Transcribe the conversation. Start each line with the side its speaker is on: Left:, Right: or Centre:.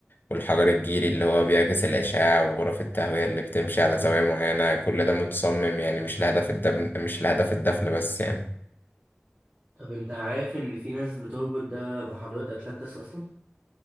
Left: والحجر الجيري اللي هو بيعكس الأشعة وغرف التهوية اللي بتمشي على زوايا معينة كل ده متصمم يعني مش لهدف الدفن مش لهدف الدفن بس يعني
Right: طب انت عارف ان في ناس بتربط ده بحضارة اتلانتس اصلا؟